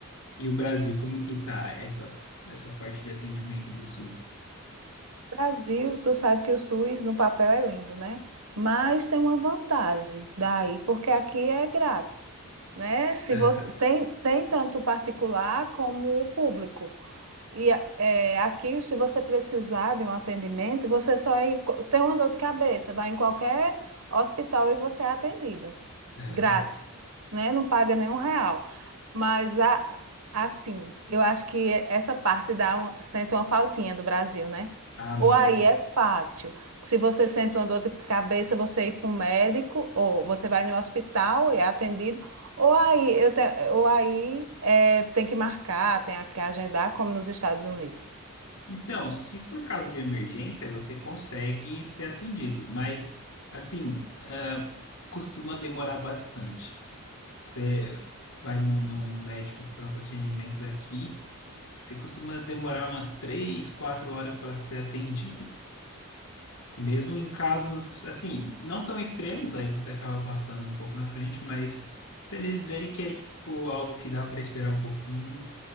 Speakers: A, on the left; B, on the right.
A: E o Brasil, como que tá essa, essa parte de atendimento do SUS?
B: Brasil, tu sabe que o SUS no papel é lindo, né? Mas tem uma vantagem daí, porque aqui é grátis, né? Se
A: Aham,
B: você tem, tem tanto o particular como o público. E é, aqui, se você precisar de um atendimento, você só en- tem uma dor de cabeça, vai em qualquer hospital e você é atendido
A: aham.
B: grátis, né? Não paga nenhum real. Mas a- assim, eu acho que essa parte dá uma, sente uma faltinha do Brasil, né?
A: Ah, muito.
B: Ou aí é fácil. Se você sente uma dor de cabeça, você ir para um médico, ou você vai no hospital e é atendido. Ou aí, eu tenho, ou aí é, tem que marcar, tem que agendar, como nos Estados Unidos.
A: Então, se for caso de emergência, você consegue ser atendido, mas assim, ah, costuma demorar bastante. Você vai num, num médico de pronto atendimento daqui, você costuma demorar umas três, quatro horas para ser atendido. Mesmo em casos, assim, não tão extremos, aí você acaba passando um pouco na frente, mas se eles verem que é, tipo, algo que dá para esperar um pouquinho,